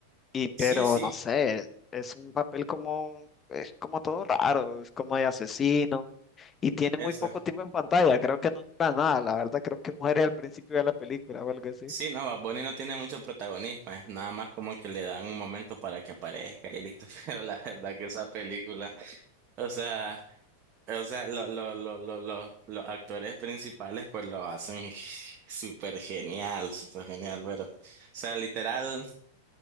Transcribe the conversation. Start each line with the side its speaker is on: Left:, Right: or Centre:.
Left: y pero
Right: Sí, sí,
Left: no sé, es un papel como, es como todo raro, es como de asesino, y tiene
Right: eso.
Left: muy poco tiempo en pantalla, creo que no dura nada, la verdad creo que muere al principio de la película o algo así.
Right: Sí, no, Bad Bunny no tiene mucho protagonismo, es nada más como que le dan un momento para que aparezca y listo. <laughs> Pero la verdad que esa película, o sea. eh, O sea, lo- lo- lo- lo- lo- los actores principales pues lo hacen <laughs> súper genial, súper genial, pero, o sea, literal,